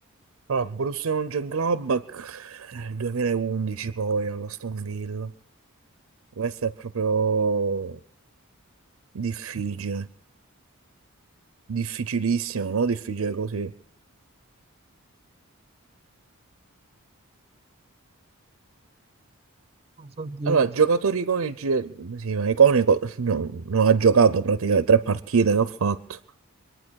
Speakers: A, on the right; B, on the right.
A: Allora, Borussia Mönchengladbach nel 2011 poi alla Aston Villa. Questa è proprio Difficile, difficilissimo, no? Difficile così.
B: Non so dirti.
A: Allora, giocatori iconici, sì, ma iconico, no, non ha giocato praticamente tre partite che ha fatto.